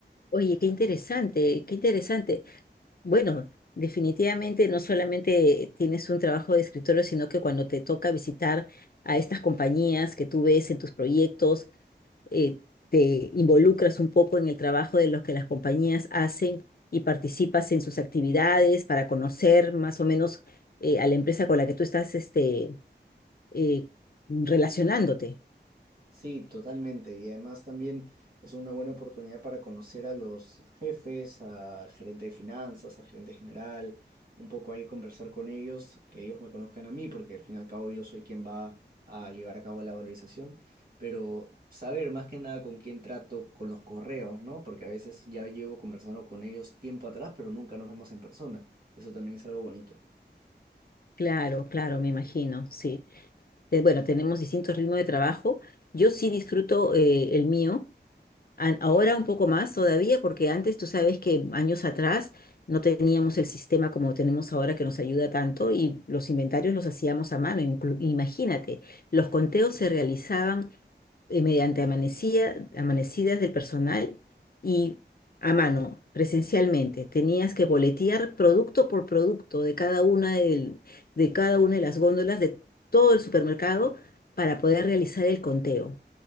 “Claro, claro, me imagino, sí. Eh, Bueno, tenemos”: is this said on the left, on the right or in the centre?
Left